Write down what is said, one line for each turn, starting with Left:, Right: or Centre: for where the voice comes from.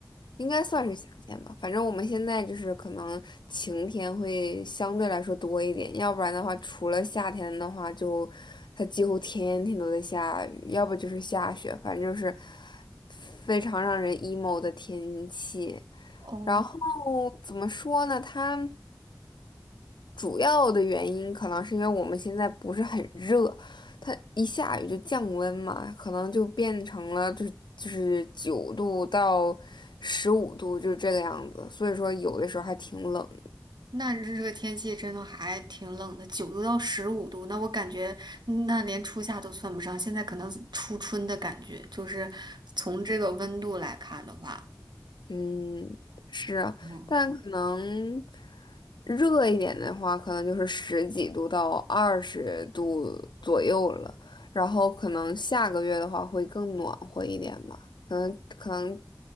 Left: 应该算是夏天吧，反正我们现在就是可能晴天会相对来说多一点，要不然的话，除了夏天的话就，它几乎天天都在下雨，要不就是下雪，反正就是非常让人 emo 的天气。
Right: 哦，
Left: 然后怎么说呢？它。主要的原因可能是因为我们现在不是很热，它一下雨就降温嘛，可能就变成了就是就是九度到十五度，就是这个样子，所以说有的时候还挺冷。
Right: 那这个天气真的还挺冷的，九度到十五度，那我感觉那连初夏都算不上，现在可能是初春的感觉，就是从这个温度来看的话，
Left: 嗯，是啊，
Right: 哦，
Left: 但可能热一点的话，可能就是十几度到二十度左右了。然后可能下个月的话会更暖和一点吧，可能可能